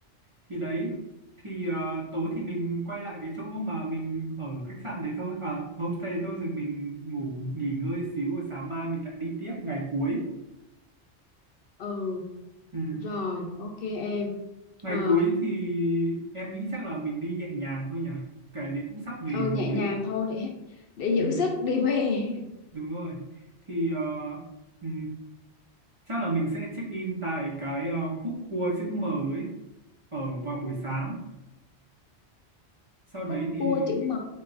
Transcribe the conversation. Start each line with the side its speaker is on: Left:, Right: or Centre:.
Right: thì đấy thì ờ, tối thì mình quay lại cái chỗ mà mình ở khách sạn đấy thôi à homestay thôi rồi mình ngủ nghỉ ngơi xíu rồi sáng mai mình lại đi tiếp ngày cuối
Left: ừ
Right: ừ.
Left: rồi ok em
Right: ngày
Left: ờ
Right: cuối thì em nghĩ chắc là mình đi nhẹ nhàng thôi nhỉ kể vì cũng sắp về
Left: ừ
Right: rồi
Left: nhẹ nhàng
Right: ấy.
Left: thôi để để giữ
Right: ừ.
Left: sức đi về
Right: đúng rồi thì ờ, ừ. chắc là mình sẽ check in tại cái ờ, khúc cua chữ M ấy ở vào buổi sáng
Left: <laughs>
Right: sau
Left: khúc
Right: đấy thì
Left: cua chữ M